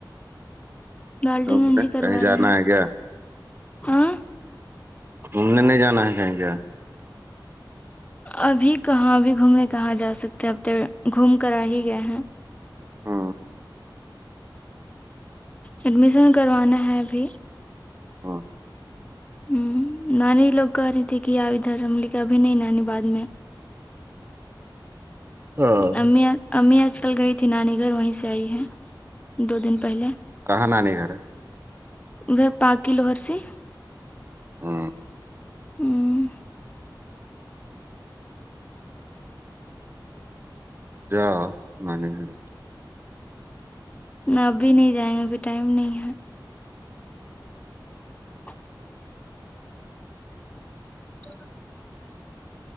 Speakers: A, on the left (about 15°); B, on the right (about 30°).
A: بیلڈنگ
B: کہیں
A: ایجی کروا
B: جانا
A: رہے نا
B: ہے کیا
A: ہاں
B: گومنے نہیں جانا ہے کہیں کیا
A: ابھی کہاں اب بھی گھومنے کہاں جا سکتے ہیں اب ت گھوم کر آ ہی گئے ہیں
B: ہاں
A: ایڈمیشن کروانا ہے ابھی
B: ہاں
A: ہ نانی لوگ کہہ رہی تھھی کہ آ ادھر ہم لےیک ابھی نہیں نانی بع میں
B: ہاں
A: امی امی آج کل گئی تھی نانی گھر وہیں سے آئی ہے دو دن پہلے
B: کہان نہیں کر رہ ہے
A: ادھر پا کی لوہر سے
B: <inaudible>
A: ہوں
B: جاؤ ماں کے گھر
A: نہ ابھی نہیں جائیں گے ابھی ٹائم نہیں ہے <inaudible> <inaudible>